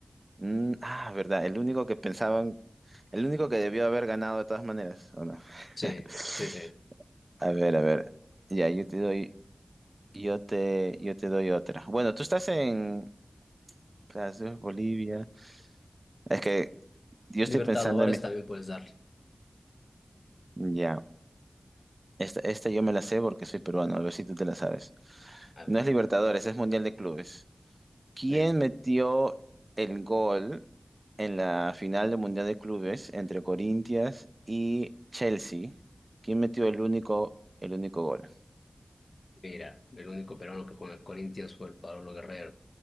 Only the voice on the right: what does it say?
Mm, ah, verdad, el único que pensaban, el único que debió haber ganado de todas maneras, ¿o no?
<laughs>
A ver, a ver. Ya, yo te doy, yo te, yo te doy otra. Bueno, tú estás en clases Bolivia. Es que yo estoy
pensando en mi-
Ya. Esta, esta yo me la sé porque soy peruano, a ver si tú te la sabes.
No
es Libertadores, es Mundial de Clubes. ¿Quién
metió el gol en la final del Mundial de Clubes entre Corinthians y Chelsea? ¿Quién metió el único, el único gol?